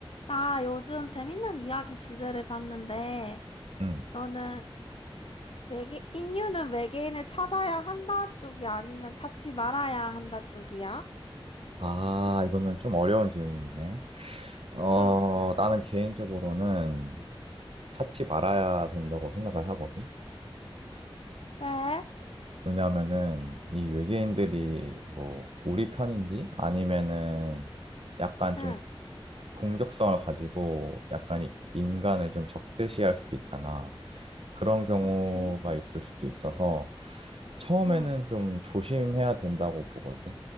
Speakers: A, on the left; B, on the right.
A: 나 요즘 재밌는 이야기 주제를 봤는데,
B: 음.
A: 너는 외계, 인류는 외계인을 찾아야 한다 쪽이 아니면 찾지 말아야 한다 쪽이야?
B: 아, 이거는 좀 어려운 질문이네. 어,
A: 응,
B: 나는 개인적으로는 찾지 말아야 된다고 생각을 하거든.
A: 왜?
B: 왜냐하면은 이 외계인들이 뭐 우리 편인지 아니면은 약간 좀
A: 응,
B: 공격성을 가지고 약간 이- 인간을 좀 적대시할 수도 있잖아. 그런 경우가
A: 그치?
B: 있을 수도 있어서 처음에는
A: 응,
B: 좀 조심해야 된다고 보거든.